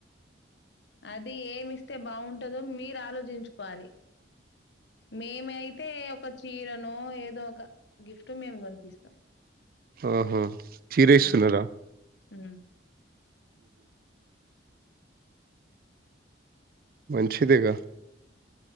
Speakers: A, on the left; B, on the right.
A: అది ఏమి ఇస్తే బాగుంటదో మీరు ఆలోచించుకోవాలి మేమైతే ఒక చీరనో ఏదో ఒక గిఫ్ట్ మేము కొనిపిస్తాం
B: ఆహా చీర
A: హ్మ్
B: ఇస్తున్నారా
A: హ్మ్
B: మంచిదేగ